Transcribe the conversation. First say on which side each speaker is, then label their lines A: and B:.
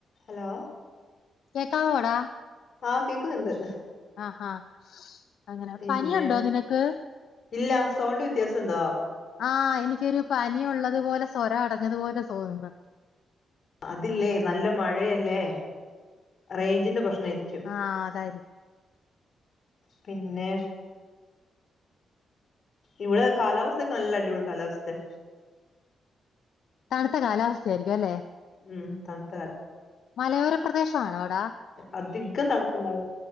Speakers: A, on the left; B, on the left.
A: Hello
B: കേക്കാവോടാ?
A: ആഹ്, കേക്കുന്നുണ്ട്.
B: ആ ആഹ് അങ്ങനെ
A: പിന്നെ
B: പനിയുണ്ടോ നിനക്ക്?
A: ഇല്ല, സൗണ്ട് വ്യത്യാസണ്ടോ?
B: ആഹ് എനിക്കൊരു പനി ഉള്ളത് പോലെ സ്വരം അടഞ്ഞതുപോലെ തോന്നുന്നു.
A: അതില്ലേ നല്ല മഴയല്ലേ, റേഞ്ചിന്റെ പ്രശ്നായിരിക്കും.
B: ആഹ് അതായിരി
A: പിന്നെ? ഇവടെ കാലാവസ്ഥയക്കെ നല്ലടിപൊളി കാലാവസ്ഥയാ.
B: തണുത്ത കാലാവസ്ഥയായിരിക്കും അല്ലെ?
A: ഉം തണുത്ത
B: മലയോര പ്രദേഷാണോടാ?
A: അധികം തടസ്സണ്ടാവൂല